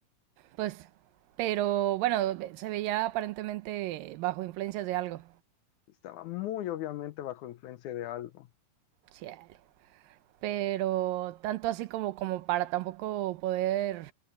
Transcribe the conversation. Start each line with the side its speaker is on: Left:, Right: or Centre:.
Right: Pues, pero bueno, se veía aparentemente bajo influencias de algo.
Left: Estaba muy obviamente bajo influencia de algo.
Right: Chale. pero tanto así como, como para tampoco poder,